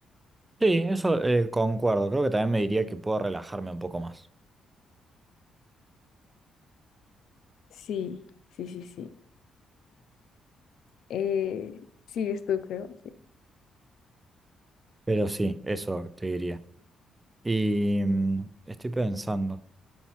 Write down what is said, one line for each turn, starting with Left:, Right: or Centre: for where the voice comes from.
Right: Sí, eso eh, concuerdo, creo que también me diría que puedo relajarme un poco más,
Left: Sí, sí, sí, sí. Eh, sigues tú, creo. sí.
Right: pero sí, eso te diría. Y mm, estoy pensando.